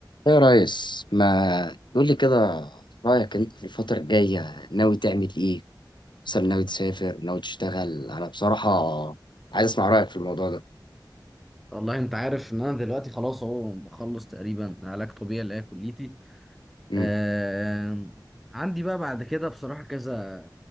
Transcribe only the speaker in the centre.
والله انت عارف ان انا دلوقتي خلاص اهو بخلص تقريبا علاج طبيعي اللي هي كليتي
آه عندي بقى بعد كده بصراحة كذا